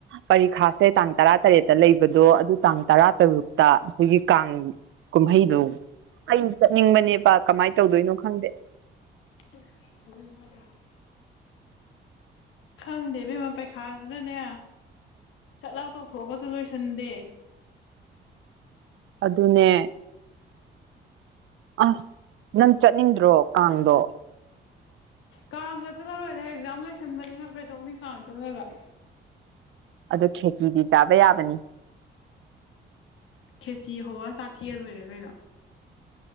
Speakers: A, on the right; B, on the left.
A: ꯄꯔꯤꯈꯥꯁꯦ ꯇꯥꯡ ꯇꯔꯥ ꯇꯔꯦꯠꯇ ꯂꯩꯕꯗꯣ ꯑꯗꯨ ꯇꯥꯡ ꯇꯔꯥ ꯇꯔꯨꯛꯇ ꯑꯩꯈꯣꯏꯒꯤ ꯀꯥꯡ ꯀꯨꯝꯍꯩꯗꯣ ꯑꯩ ꯆꯠꯅꯤꯡꯕꯅꯦꯕ ꯀꯃꯥꯏꯅ ꯇꯧꯗꯣꯏꯅꯣ ꯈꯪꯗꯦ
B: <unintelligible> ꯈꯪꯗꯦ ꯢꯕꯦꯝꯃꯥ ꯄꯩꯈꯥꯁꯤꯅꯅꯦ ꯁꯠ ꯂꯥꯎ ꯇꯧꯊꯣꯛꯑꯒꯁꯨ ꯂꯣꯏꯁꯟꯗꯦ
A: ꯑꯗꯨꯅꯦ ꯑꯁ ꯅꯪ ꯆꯠꯅꯤꯡꯗ꯭ꯔꯣ ꯀꯥꯡꯗꯣ
B: ꯀꯥꯡꯒ ꯆꯠꯂꯔꯣꯏꯗ ꯑꯦꯛꯖꯥꯝ ꯂꯩꯁꯟꯕꯅꯤꯅ ꯀꯩꯗꯧꯅꯤ ꯀꯥꯡ ꯆꯠꯂꯒ
A: ꯑꯗꯨ ꯈꯦꯆ꯭ꯔꯤꯗꯤ ꯆꯥꯕ ꯌꯥꯕꯅꯤ
B: ꯈꯦꯆ꯭ꯔꯤ ꯍꯧꯔ ꯆꯥꯊꯦꯛꯑ ꯂꯣꯢꯔꯦ ꯀꯩꯅꯣ